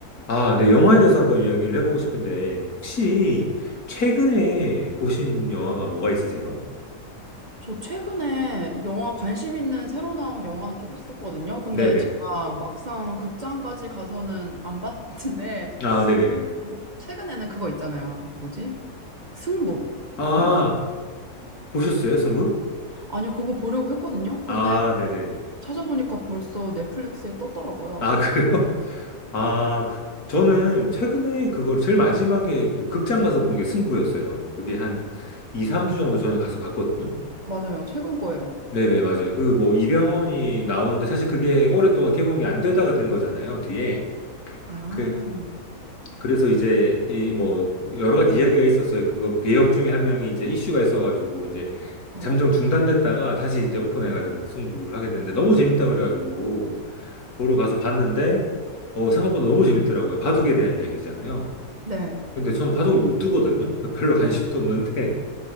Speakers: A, on the left; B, on the right.
A: 아, 네, 영화에 대해서 한번 이야기를 해보고 싶은데, 혹시 최근에 보신 영화가 뭐가 있으세요?
B: 저 최근에 영화 관심 있는 새로 나온 영화는 좀 있었거든요. 근데
A: 네네.
B: 제가 막상 극장까지 가서는 안 봤는데,
A: 아, 네네네.
B: 근데 최근에는 그거 있잖아요. 뭐지? 승부.
A: 아,
B: 맞니?
A: 보셨어요,
B: 네.
A: 승부?
B: 아니, 그거 보려고 했거든요.
A: 아,
B: 근데
A: 네네.
B: 찾아보니까 벌써 넷플릭스에 떴더라고요.
A: 아,
B: <laughs>
A: 그래요? <laughs> 아, 저는 최근에 그걸 제일 마지막에 그 극장 가서 본 게 승부였어요. 그게 한 2, 3주 정도 전에 가서 봤거든요.
B: 맞아요. 최근 거예요.
A: 네네, 맞아요. 그 뭐 이병헌이 나오는데 사실 그게 오랫동안 개봉이 안 되다가 된 거잖아요, 뒤에.
B: 아,
A: 그 그래서 이제 이 뭐 여러 가지 이야기가 있었어요. 그거 배역 중에 한 명이 이제 이슈가 있어가지고 이제
B: 아,
A: 잠정
B: 맞아요.
A: 중단됐다가 다시 이제 오픈해가지고 승부를 하게 됐는데 너무 재밌다 그래가지고 보러 가서 봤는데 어 생각보다 너무 재밌더라고요. 바둑에 대한 이야기잖아요.
B: 네.
A: 근데 저는 바둑을 못 두거든요. <laughs> 별로 관심도 없는데